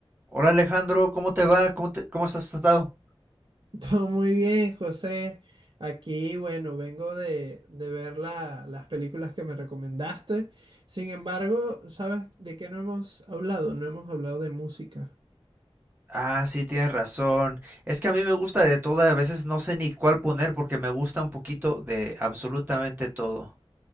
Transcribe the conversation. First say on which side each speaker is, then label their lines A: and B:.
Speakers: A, on the right; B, on the right.
A: Hola Alejandro, ¿cómo te va? ¿Cómo te- cómo has estado?
B: Todo muy bien, José. Aquí, bueno, vengo de, de ver la- las películas que me recomendaste. Sin embargo, ¿sabes de qué no hemos hablado? No hemos hablado de música.
A: Ah, sí, tienes razón. Es que a mí me gusta de todo, y a veces no sé ni cuál poner porque me gusta un poquito de absolutamente todo.